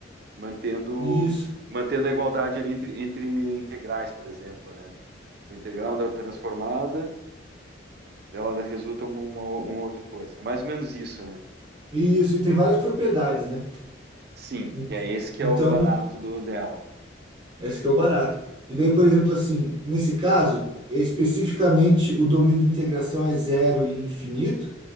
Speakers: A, on the right (about 55°); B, on the right (about 25°).
A: mantendo,
B: isso,
A: mantendo a igualdade ali entre, entre integrais, por exemplo, né? O integral da transformada, dela resulta uma, uma outra coisa. É mais ou menos isso, né?
B: isso. E tem várias propriedades, né?
A: Sim,
B: En-
A: que é esse que
B: Então,
A: é o barato do dela. né?
B: esse que é o barato. E daí, por exemplo, assim, nesse caso, é especificamente o domínio de integração é zero e infinito,